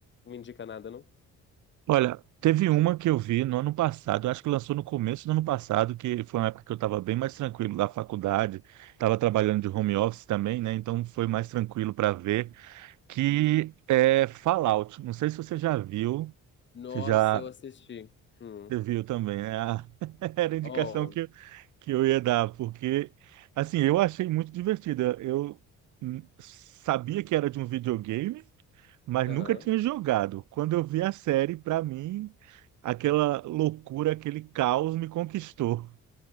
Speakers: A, on the left (about 40°); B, on the right (about 75°).
A: me indica nada, não?
B: Olha, teve uma que eu vi no ano passado, eu acho que lançou no começo do ano passado, que foi uma época que eu estava bem mais tranquilo da faculdade, estava trabalhando de home office também, né? Então foi mais tranquilo para ver, que é Fallout. Não sei se você já viu,
A: Nossa,
B: se já
A: eu assisti. Hum.
B: você viu também, né? Ah, <laughs> Era a indicação
A: Oh,
B: que, eu- que eu ia dar, porque, assim, eu achei muito divertida. Eu hum, sabia que era de um videogame, mas
A: aham.
B: nunca tinha jogado. Quando eu vi a série, para mim, aquela loucura, aquele caos me conquistou.